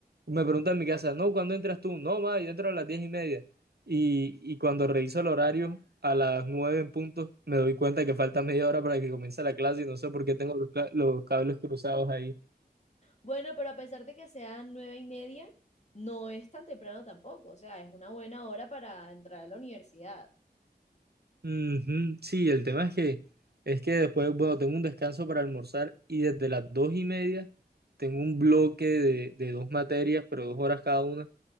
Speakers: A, on the right (about 70°); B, on the left (about 40°).
A: me preguntan en mi casa, no, ¿cuándo entras tú? No, ma, yo entro a las diez y media. Y, y cuando reviso el horario, a las nueve en punto, me doy cuenta que falta media hora para que comience la clase y no sé por qué tengo los, cla- los cables cruzados ahí.
B: Bueno, pero a pesar de que sean nueve y media, no es tan temprano tampoco. O sea, es una buena hora para entrar a la universidad.
A: Ujú, Sí, el tema es que es que después, bueno, tengo un descanso para almorzar y desde las dos y media tengo un bloque de, de dos materias, pero dos horas cada una,